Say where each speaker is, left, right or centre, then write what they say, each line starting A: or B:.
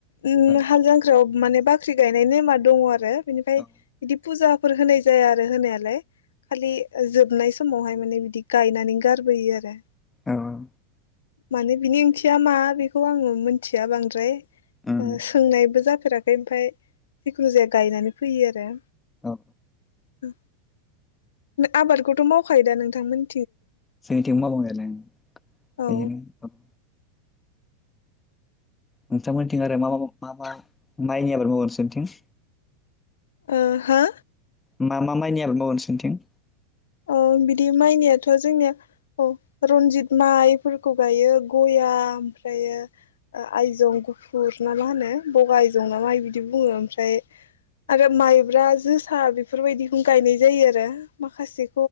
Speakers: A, on the left; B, on the left.
A: अम
B: औ
A: हाल जांख्रायाव माने बाख्रि गायनाय नेमा दंङ आरो बिनिफ्राय
B: औ
A: बिदि फुजा फोर होनाय जाया आरो होनायालाय खालि जोबनायस समावहाय माने बिदि गायनानै गारबोयो आरो
B: औ औ
A: माने बिनि ओंथिया मा बिब खौ आङो मिथिया बांद्राय
B: उम
A: ओ सोंनायबो जा फेराखै ओमफ्राय जिखुनु जाया गायनानै फैयो आरो।
B: औ
A: <inaudible> <unintelligible> आबादखौथ' माव खायोदा नोंथांमोन
B: जोंनिथिंबो मावो <unintelligible> नायालाय
A: औ
B: बेनो <unintelligible> नोंथांमोनथिं आरो मा मा मा मा माइनि आबाद मावो नोंसोरनिथिं?
A: ओ हो?
B: मा मा माइनि आबाद मावो नोंसोनिथिं?
A: औ बिदि माइनियाथ' जोंनिया औ रनजित माइ फोरखौ गायो गया ओमफ्रायो ओ आइजं गुफुर ना मा होनो बगा आयजं ना माइ बिदि बु बुङो ओमफ्राय आरो माइब्रा जोसा बेफोरबायदिखौ गायनाय जायो आरो। माखासे